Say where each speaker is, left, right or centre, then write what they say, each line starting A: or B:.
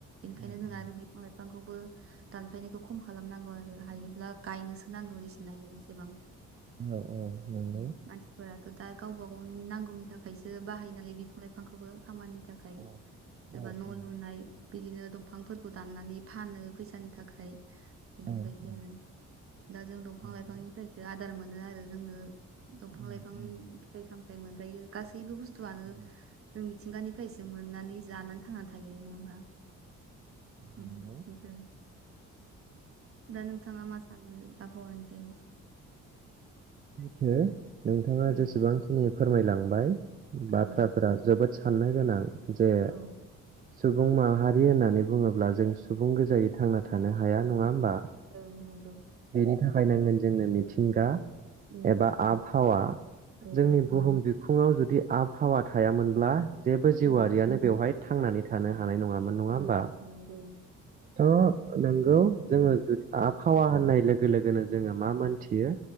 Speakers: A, on the right (about 45°); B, on the right (about 30°).
A: बेनिखायनो
B: उम
A: जों
B: उम
A: आरो बिफां लाइफांखौ खौबो दानफायनायखौ खम खालामनांगौ आरो हायोब्ला गायनोसो नांगौ जसेनो हायो एसेबां
B: औ नंगौ
A: मानसिफोरा दा गावबा गावनि नांगौनि थाखायसो बाहायो नालाय बिफां लाइफांखौबो खामानि थाखाय
B: औ
A: सोरबा
B: औ
A: न'
B: उम
A: लुनाय बिदिनो दंफांफोरखौ दाननानै फानो फैसानि थाखाय बेफोरबायदि
B: औ उम
A: आरो दा जों दंफां
B: नंगौ
A: लाइफांनिफ्रायसो आदार मोनो आरो जोंनो दंफां
B: उम
A: लाइफां
B: उम
A: फिथाइ सामथाय मोनजायो गासैबो बुस्थुआनो
B: उम
A: जों मिथिंगानिफ्रायसो मोननानै जानानै थांनानै थायो नङा होमबा उम
B: नोंगौ
A: बेफोरबायदि दा नोंथाङा मा सानो आबहावानि
B: सैथो नोंथाङा
A: उम
B: जेसेबांखिनि फोरमायलांबाय
A: ओं
B: बाथ्राफोरा जोबोद साननो गोनां जे
A: औ
B: सुबुं माहारि होननानै बुङोब्ला जों सुबुं गोजायै थांना थानो हाया नङा होमबा
A: औ नंगौ
B: बेनि थाखाय नांगोन जोंनो मिथिंगा
A: उम
B: एबा आबहावा
A: औ
B: जोंनि बुहुम बिखुं ङाव जुदि आबहावा थायामोनब्ला जेबो जिउआरारियानो
A: उम
B: बेवहाय थांनानै थानो हानाङामोन नङा होमबा
A: औ नंगौ
B: थ' नोंगौ जोङो आफहावा होननाय लोगो लोगोनो जोङो मा मोन थियो